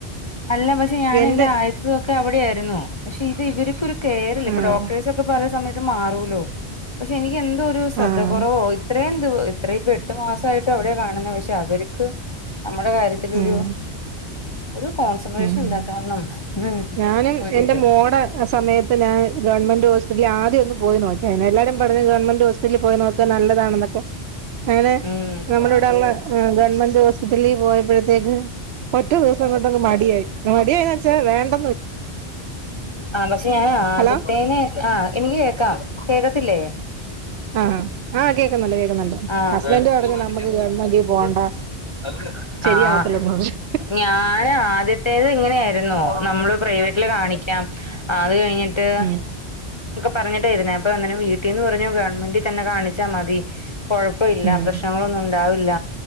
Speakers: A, on the left; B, on the right.
A: അല്ല പക്ഷെ ഞാൻ
B: എന്റെ
A: എൻന്റെ <unintelligible> ആയസൊക്കെ അവിടെ ആായിരുന്നു പക്ഷെ ഇത് ഇവർക്കൊ കെയറില്ല ഇപ്പൊ
B: ആഹ്
A: ഡോക്ടേഴസ് ഒക്കെ പല സമയത്തും മാറൂലോ പക്ഷെ എനിക്ക് എന്തൊ ഒരു ശ്രദ്ധ
B: ആഹ്
A: കുറവോ ഇത്രയും അത്ര ഇപ്പ എട്ടു മാസയിട്ടും അവിടെ കാണുന്നത് പക്ഷെ അവർക്ക് നമ്മുടെ കാര്യത്തിലൊരു
B: ഉം
A: ഒരു കോൺസെൻട്രേഷൻ
B: ഉം
A: ഇല്ലാത്തവണ്ണം ഉം
B: ഞാനും
A: ഒരിത്
B: എന്റെ മോടെ ആ സമയത്ത് ഞാൻ ഗവൺമെന്റ് ഹോസ്പിറ്റല ആദ്യം ഒന്ന് പോയി നോക്കിയ എല്ലാരും പറഞ്ഞു ഗവൺമെന്റ് ഹോസറ്റലിൽ പോയി നോക്കുക നല്ലതാണെന്നൊക്കെ അങ്ങനെ
A: ഉം
B: നമ്മുടെ ഇവിടെള്ള ഗവൺമെന്റ് ഹോസ്പിറ്റലിൽ പോയപ്പോഴത്തേക്ക് ഒറ്റ ദിവസം കൊണ്ടാങ്ങു മടിയായി മടിയായി വെച്ചാൽ വേണ്ട
A: ആ പക്ഷെ ഞൻ ആദ്യത്തേന
B: ഹലോ
A: ആഹ എനിക്ക് കേക്കാം കേക്കത്തില്ലേ
B: ആഹ് ആഹ് കേക്കുന്നുണ്ട് കേക്കുന്നുണ്ട്
A: അ
B: ഹസ്ബൻഡ് പറഞ്ഞു നമുക്ക്
A: വിക്ക
B: ഗവൺമെന്റിൽ
A: എന്ത
B: പോകണ്ട
A: <unintelligible>
B: ശരിയാവത്തില്ലെന്ന്
A: അ ആഹ <unintelligible>
B: പറഞ്ഞു
A: ഞൻ ആദ്യത്തേത് ഇങ്ങനെയായിന്നോ നമ്മള് പ്രൈവറ്റില് കാണിക്കാം ആ അത് കഴിഞ്ഞിട്ട്
B: ഉം
A: പറഞ്ഞിട്ടായിരുന്നേ അപ്പൊ അങ്ങനെ വീട്ടീന്ന് പറഞ്ഞു ഗവൺമെന്റ് തന്നെ കാണിച്ച കാണിച്ച മതി കൊഴപ്പം ഇല്ല
B: ഉം
A: പ്രശ്നങ്ങളൊന്നും ഉണ്ടാവില്ല